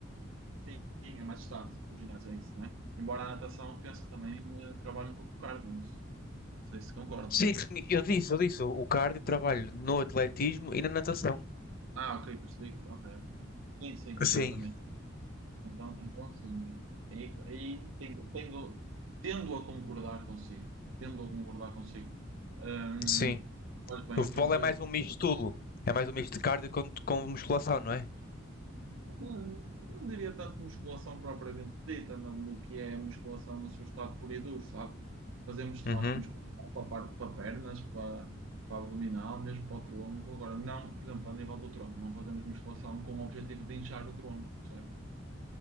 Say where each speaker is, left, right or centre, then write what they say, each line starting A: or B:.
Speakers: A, on the right; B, on the left.
A: Sim, é mais estático, o ginásio é isso, né? Embora a natação, penso que também eh, trabalha um pouco o cardio, não sei não sei se concorda.
B: Sim, sim, eu disse, eu disse, o cardio trabalho no atletismo e na natação.
A: Ah, ok, percebi. Ok, ok. Sim, sim, exatamente.
B: Sim,
A: Então, então sim. Aí, aí tenho, tenho- tendo a concordar consigo. Tendo a concordar consigo. Hum,
B: sim.
A: faz bem
B: O futebol
A: porque
B: é mais um misto de tudo. É mais um misto de cardio com, com musculação, não é?
A: Não, não diria tanto musculação propriamente dita, não, do que é musculação no seu estado puro e duro, sabe? Fazemos de
B: Uhum.
A: facto musculação para, par- para pernas, para, para abdominal, mesmo para o tronco. Agora, não, por exemplo, a nível do tronco, não fazemos musculação com o objetivo de inchar o tronco, percebe?